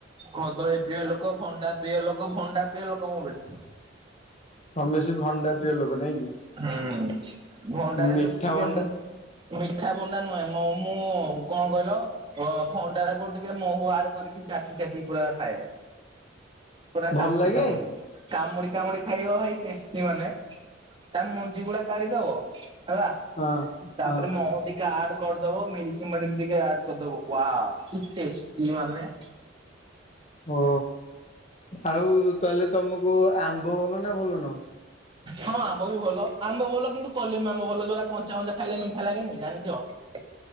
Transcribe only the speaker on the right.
କଦଳୀ ପ୍ରିୟ ଲୋକ ଭଣ୍ଡା ପ୍ରିୟ ଲୋକ ଭଣ୍ଡା ପ୍ରିୟ ଲୋକ ମୁଁ ବେଶୀ।
ହୁଁ ଭଣ୍ଡାରରେ
ଯଦି ଟିକେ
ମ ମିଠା ଭଣ୍ଡା ନୁହେଁ ମ ମୁଁ କଣ କହିଲ ଅ ଭଣ୍ଡାଟାକୁ ଟିକେ ମହୁ ଆଡ଼େ କରିକି ଚାଟି ଚାଟି ପୁରା ଖାଏ। ପୁରା
କାମୁଡ଼ି
କାମୁଡ଼ି କାମୁଡ଼ି କାମୁଡ଼ି ଖାଇବ ଭାଇ ଟେଷ୍ଟି ମାନେ ତା ମଞ୍ଜି ଗୁଡ଼ା କାଢିଦବ ହେଲା
ତାପରେ
ମହୁ ଟିକେ ଆଡ଼ କରିଦବ ମିନ୍କି ମାଡ଼ିକ୍ ଟିକେ ଆଡ଼ କରିଦବ ବ କି ଟେଷ୍ଟି ମାନେ
ହଁ ଆମ୍ବ ବି ଭଲ ଆମ୍ବ ଭଲ କିନ୍ତୁ କଲିମ ଆମ୍ବ ଭଲ ଯୋଉରା କଞ୍ଚା କଞ୍ଚା ଖାଇଲେ ମିଠା ଲାଗେନି ଜାଣିଚ। <unintelligible>